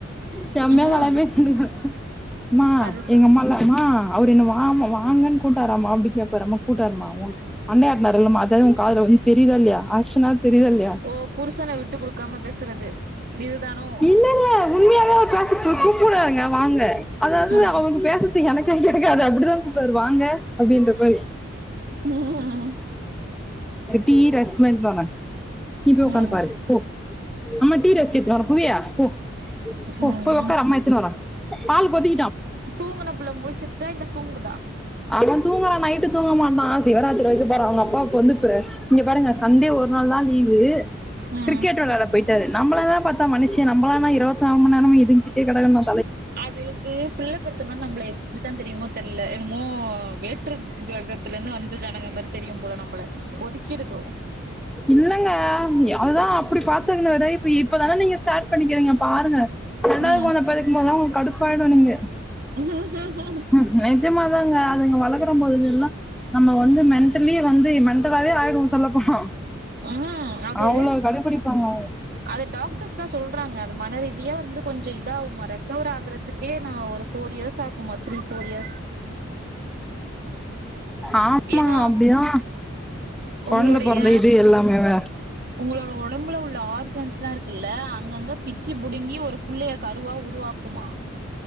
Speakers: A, in the centre; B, on the right.
A: செம்மைய
B: ம்
A: கலாய் <unintelligible> மா
B: அது சரி
A: எங்க அம்மால மா அவரு என்ன வாமா வாங்கன் கூப்டாராமா அப்டி கேப்பாறாமா கூப்டாரும்மா உ அன்னையார் இர்ந்தாரில்லமா அதது உ காதுல வந் தெரியிதா இல்லையா ஆக்சனா தெரியித இல்லையா
B: ஓ புருஷன விட்டு குடுக்காம பேசுறது இதுதானோ
A: இல்லெல்ல உண்மையாவே அவர் பேச உங் கூப்புட்றாருங்க வாங்க அதாவ்து
B: ம்
A: அவங் பேசறது எனக்கு கேக்காது அப்டிதா சார் வாங்க அப்டின்ற மாரி
B: ம்
A: டி ரெஸ்டோரண்ட் வ நீப்பிோக்கந்து
B: ம்
A: பாரு போ அம்மா டீ ரஸ் கேத்து புவவியா போ ஓ
B: ம்
A: ஒருவக்கார அம்மா த்தோர ஆால்்கதி
B: தூங்குன புள்ள முழ்ச்சிருச்சா இல்ல தூங்கு
A: அவ தூங்குரா நைட்டு தூங்க மாட்டா சிவராத்திரி <unintelligible> பாரு அவுங்கப்பாக்கு வந்து இப்ப இங்க பாருங்க சண்டே ஒரு நாள் தா லீவு
B: ம்
A: கிரிக்கெட் வெளாயாட போயிட்டாரு நம்பளெல்லா பத்தா மனுஷி நம்பளானா இருவத் நால் மண் நேரமு இதுங்கிட்டேயே கடக்கணுமா
B: அதுகளுக்கு புள்ள பெத்தம்னா நம்பள எப்டிதா தெரியுமோ தெர்ல என்னமோ வேற்று கிரகத்துல இருந்து வந்த ஜனங்க மாரி தெரியு போல நம்பள ஒதிக்கிருதோ
A: இல்லங்க அது தா அப்டி பாத்துக்கின்னத இப்ப இப்ப தான நீங்க ஸ்டாட் பண்ணிக்கிறீங்க பாருங்க ரெண்டாது
B: ம்
A: கொழந்த பெறக்போத் தா உங்க் கடுப்பாயுடு நீங்க
B: ம்
A: ம் நெஜமாதாங்க அதுங்க வளக்கற போதெல்லா நம்ம வந்து மென்டலி வந்து மென்டலா ன்டலே ஆய்டுவோ சொல்ல போனா
B: ம் அது
A: அவ்ளோ கடுப்பிடிப்பாங்க அவங்க
B: அது டாக்டர்ஸ்ல்லா சொல்றாங்க மனரீதியா வந்து கொஞ்சோ இதாகு மற ரெக்கவர் ஆகறதுக்கே நா ஒரு ஃபோர் இயர்ஸ் ஆகுமா திரீ ஃபோர் இயர்ஸ்
A: ஆமா
B: ஏன்னா
A: அப்டிதா கொழந்த
B: உங்களுடைய
A: பொறந்த இது எல்லாமேவா
B: உங்களோட ஒடம்புல உள்ள ஆர்கன்ஸ்லா இருக்குல்ல அங்கங்க பிச்சு புடுங்கி ஒரு புள்ளைய கருவா உருவா வாக்குமா